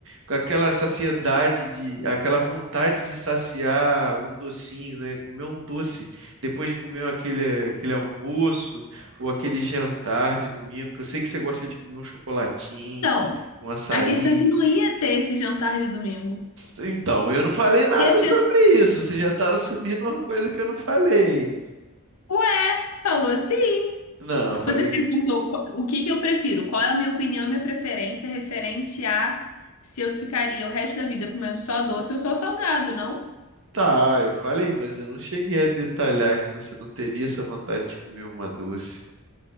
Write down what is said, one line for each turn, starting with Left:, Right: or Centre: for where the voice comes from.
Right: Com aquela saciedade de, aquela vontade de saciar um docinho, né? Comer um doce depois de comer aquele, aquele almoço ou aquele jantar de domingo, que eu sei que você gosta de comer um chocolatinho,
Left: Então,
Right: um açaí.
Left: a questão é que não ia ter esse jantar de domingo.
Right: Então, eu não falei nada
Left: E assim,
Right: sobre isso. Você já está assumindo uma coisa que eu não falei.
Left: ué, falou sim.
Right: Não, eu falei
Left: Você perguntou qu- o que que eu prefiro, qual é a minha opinião, minha preferência referente a se eu ficaria o resto da vida comendo só doce ou só salgado, não?
Right: Tá, eu falei, mas eu não cheguei a detalhar que você não teria essa vontade de comer uma doce,